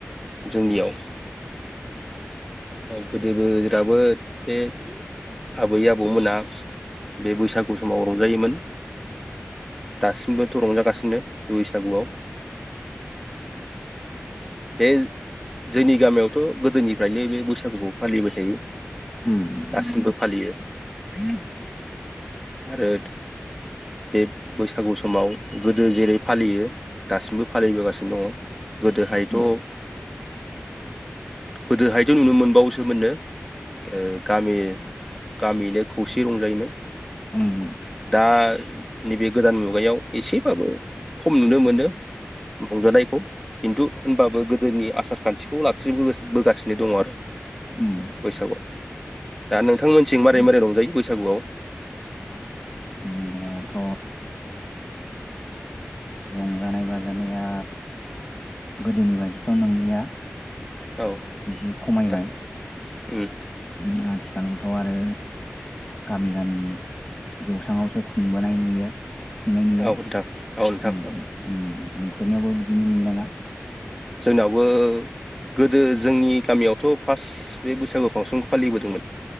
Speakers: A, in the centre; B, on the left.
A: जोंनियाव गोदोबो दाबो बे आबै आबौमोना बे बैसागु समाव रंजायोमोन दासिमबोथ' रंजागासिनो बैसागुआव बे जोंनि गामियावथ' गोदोनि ओमफ्रायनो बे बैसागुखौ फालिबाय थायो
B: उम नोंथां
A: दासिमबो फालियो <unintelligible> आरो बे बैसागु समाव गोदो जेरै फालियो दासिमबो फालिबोगासिनो दङ गोदोहायथ'
B: उम <inaudible>
A: गोदोहायथ' नुनो मोनबावोसोमोननो ओ गामि गामियैनो खौसे रंजायोमोन
B: ओम ओम
A: दा नैबे गोदान मुगायाव एसेबाबो खम नुनो मोनो रंजानायखौ खिन्थु होनबाबो गोदोनि आसार खान्थिखौ लाखिनोबोगासिनो दङ आरो
B: उम
A: बैसागुआव दा नोंथांमोननिथिं मारै मारै रंजायो बैसागुआव
B: जोंनियावथ' रंजानाय बाजानाया गोदोनि बायदिथ' नोंलिया
A: औ
B: बिदिनो खमायबाय
A: नोंथां उम
B: <unintelligible> खालावथ' आरो गामि गामि जौसांआवसो खुंबोनाय नुयो खुंनाय नुयो
A: औ नोंथां औ नोंथां
B: ओम
A: औ
B: ओम नोंसोरनियावबो बिदिनो नुयो नामा?
A: जोंनावबो गोदो जोंनि गामियावथ' फार्स्ट बे बैसागु फांसनखौ फालिबोदोंमोन